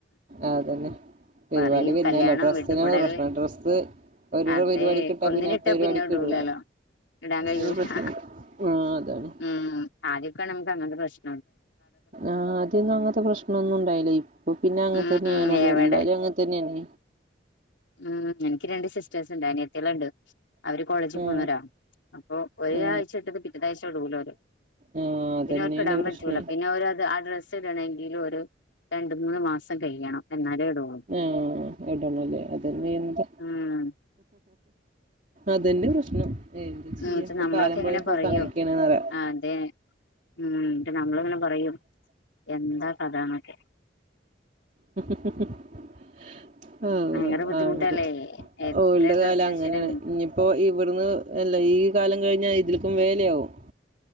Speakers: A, on the right; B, on the left.
A: അതന്നെ പരിപാടി
B: പറയും
A: പിന്നല്ല
B: കല്യാണം
A: ഡ്രസ്സിനാണ്
B: വീട്ടുകൂടൽ
A: പ്രശ്നം ഡ്രസ്സ് ഒരോരോ
B: അത്
A: പരിപാടിക്കിട്ടാ
B: ഒന്നിനിട്ടാ
A: പിന്നെടുത്ത പരിപാടിക്ക്
B: പിന്നെ ഇടൂലല്ലോ
A: ഇടൂല
B: ഇടാൻ കഴിയൂല
A: അരു പ്രശ്നുണ്ട് ആഹ് അതാണ്
B: ഉം ആദ്യൊക്കെ നമുക്ക്‌ അങ്ങന പ്രശ്
A: ആഹ് അദ്യന്നും അങ്ങനത്തെ പ്രശ്നൊന്നും ണ്ടായില്ല ഇപ്പൊ പിന്നെ അങ്ങനത്തന്നെണത്
B: ഉം എവിടെ
A: എല്ലാരും അങ്ങന തന്നെണ്
B: ഉം എനിക്ക് രണ്ട് സിസ്റ്റേഴ്സ് ഉണ്ട് അനിയതിയേൾ ണ്ട് അവര് കോളേജിൽ
A: ആ
B: പോവുന്നൊരാ അപ്പൊ ഒര
A: ആ
B: ആഴ്ച ഇട്ടത് പിറ്റേ പിറ്റേതാഴ്ച ഇടൂലൊരു
A: ആ അതന്നെയാണ്
B: പിന്നെ അവർക്ക് ഇടാൻ
A: പ്രശ്നേ
B: പറ്റൂല പിന്നവരുത് ആ ഡ്ര ടണമെങ്കിലും ഒരു രണ്ട് മൂന്ന് മാസം കയ്യണം എന്നാലേ ഇടോള്ളൂ
A: ആഹ് ഇടണല്ലേ അതന്നെ എന്താ
B: ഉം
A: അതന്നെ പ്രശ്നം എന്താ ചെയ്യ
B: ഉം
A: പ്പൊ
B: നമ്മളൊക്കെ
A: കാലം
B: ഇങ്ങനെ
A: പോയ പോക്ക
B: പറയും
A: അങ്ങനെക്കെ ആണ് റയാ
B: അതെ ഉം നമ്മളിങ്ങനെ പറയും എന്താ കഥാന്നൊക്കെ
A: <unintelligible> ആഹ്
B: ഭയങ്കര ബുദ്ധിമുട്ടല്ലേ
A: അവര്
B: എത്ര
A: ഓൾടെ
B: ഡ്രസ്സ്
A: കാലം അങ്ങനെയാണ്
B: ശരി
A: ഇഞ്‌ പ്പോ ഇവിട്ന്ന് എല്ല ഈ കാലം കഴിഞ്ഞാൽ ഇതിലുക്കും മേലെയാവും